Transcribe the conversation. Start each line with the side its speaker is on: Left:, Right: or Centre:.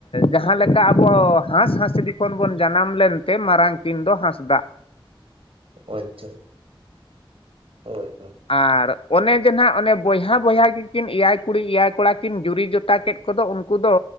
Left: ᱡᱟᱦᱟᱸ ᱞᱮᱠᱟ ᱟᱵᱚ ᱦᱟᱸᱥᱼᱦᱟᱸᱥᱞᱤ ᱠᱷᱚᱱ ᱵᱚᱱ ᱡᱟᱱᱟᱢ ᱞᱮᱱᱛᱮ ᱢᱟᱨᱟᱝ ᱠᱤᱱ ᱫᱚ ᱦᱟᱸᱥᱫᱟᱜ
Right: ᱟᱪᱪᱷᱟ ᱟᱪᱷᱟ ᱦᱳᱭ
Left: ᱟᱨ ᱚᱱᱮ ᱡᱮ ᱱᱟᱦᱱᱟᱜ ᱚᱱᱮ ᱵᱚᱭᱦᱟ ᱵᱚᱭᱦᱟ ᱜᱮ ᱠᱤᱱ ᱮᱭᱟᱭ ᱠᱩᱲᱤ ᱮᱭᱟᱭ ᱠᱚᱲᱟ ᱠᱤᱱ ᱡᱩᱨᱤ ᱡᱚᱛᱟ ᱠᱮᱫ ᱠᱚᱫᱚ ᱩᱱᱠᱩ ᱫᱚ